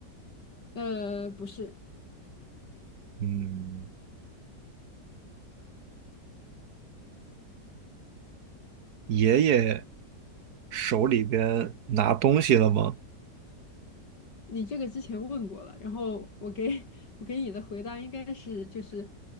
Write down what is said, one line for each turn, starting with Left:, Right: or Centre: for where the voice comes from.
Left: 呃，不是，
Right: 嗯，爷爷手里边拿东西了吗？
Left: 你这个之前问过了，然后我给 <laughs> 我给你的回答应该是就是